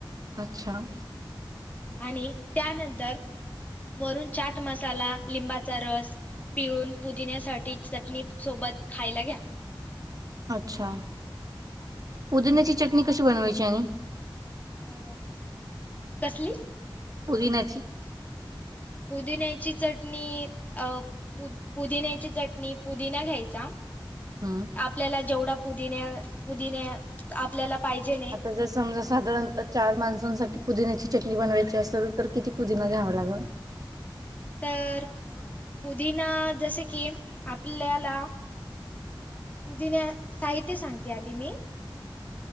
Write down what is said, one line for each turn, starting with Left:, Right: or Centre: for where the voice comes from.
Right: अच्छा.
Left: आणि त्यानंतर वरून चाट मसाला लिंबाचा रस पिळून पुदिण्यासाठी चटणी सोबत खायला घ्या.
Right: अच्छा
Left: हा.
Right: पुदिण्याची चटणी कशी बनवायची आणि
Left: अ कसली?
Right: पुदिनाची
Left: पुदिन्याची चटणी अ पु पुदिन्याची चटणी पुदिना घ्यायचा.
Right: हम्म
Left: आपल्याला जेवढ पुदिन्या पुदिन्या आपल्याला पाहिजे न
Right: आता जर समजा साधारणतः चार माणसांसाठी पुदिन्याची चटणी बनवायची असल तर किती पुदिना घ्यावा लागल.
Left: तर पुदिना जस की आपल्याला पुदिन्या साहित्य सांगते आधी मी